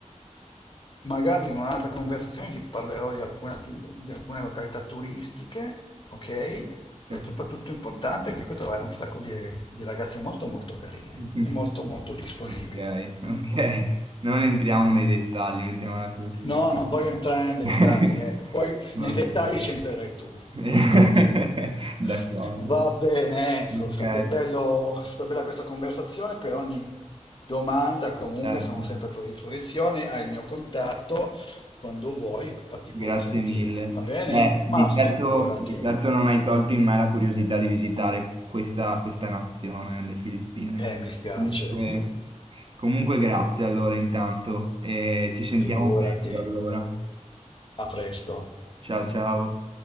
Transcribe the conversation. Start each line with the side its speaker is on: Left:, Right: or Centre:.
Left: magari in un'altra conversazione ti parlerò di alcune, atti- di alcune località turistiche, ok? E
Right: Capisco.
Left: soprattutto importante è che qui trovare un sacco di, di ragazze molto molto carine
Right: <laughs>
Left: e molto molto disponibili.
Right: Ok, ok.
Left: mm?
Right: Non entriamo nei dettagli, mettiamola così.
Left: No, non voglio entrare nei dettagli,
Right: <laughs>
Left: ecco, poi
Right: Va
Left: nei dettagli
Right: bene.
Left: c'entrerai tu,
Right: <laughs>
Left: d'accordo? <laughs>
Right: D'accordo.
Left: Va bene, Enzo,
Right: Ok,
Left: è stata, bello- è stata bella questa conversazione, per ogni domanda comunque
Right: certo.
Left: sono sempre a tua disposizione, hai il mio contatto, quando vuoi fatti
Right: Grazie
Left: pure sentire,
Right: mille.
Left: va bene?
Right: Beh, di
Left: Ma figurati.
Right: certo, di certo non hai tolto in me la curiosità di visitare questa, questa nazione, le Filippine.
Left: Eh, mi spiace.
Right: Comunque,
Left: <laughs>
Right: comunque grazie allora intanto e ci sentiamo
Left: Figurati.
Right: presto allora.
Left: A presto.
Right: Ciao ciao.